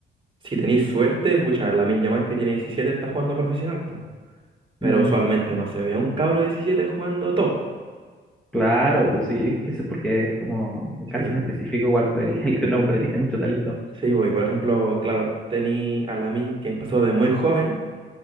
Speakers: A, on the right; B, in the centre.
A: Si tenéis suerte, pucha, Lamine Yamal que tiene 17 está jugando profesional, pues. Pero
B: mm.
A: usualmente no se ve a un cabro de 17 jugando top.
B: Claro, pues sí, qué sé por qué es como un caso
A: Sí, bo.
B: en específico, igual pues el, el- el hombre tiene mucho talento.
A: sí, bo. Y por ejemplo, claro, tení a Lamine que empezó de muy joven